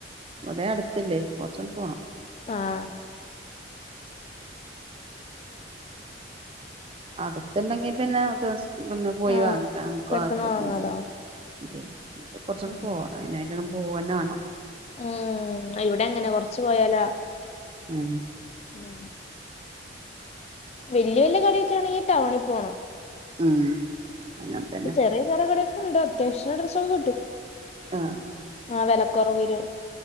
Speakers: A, on the right; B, on the left.
A: ഇവടെ അടുത്തില്ലേ കൊറച്ചണ് പോണം
B: ആഹ്
A: അട്ത്ത്ണ്ടെങ്ങി പിന്നെ അത് സ് പിന്നെ പോയി
B: ആഹ്
A: വാങ്ങിക്കാ അ <unintelligible>
B: പെട്ടെന്ന് വാങ്ങാലോ
A: ഇത് കൊറച്ചണ്
B: ഉം
A: പോ അയ്നായിട്ട് അട് പോവന്ന വാണം
B: ഉം ഇവിടങ്ങനെ കൊറച്ച് പോയാലാ
A: ഉം
B: ഉം വല്യ വല്യ കടയൊക്കെ ആണെങ്ങി ടൗണി പോണം
A: ഉം അങ്ങനെ തന്നെ
B: ഇത് ചെറിയ ചെറി കട ണ്ട് അത്യാവശ്യം ഡ്രസ്സൊക്കെ കിട്ടും
A: ആഹ്
B: ആഹ് വിലക്കുറവില്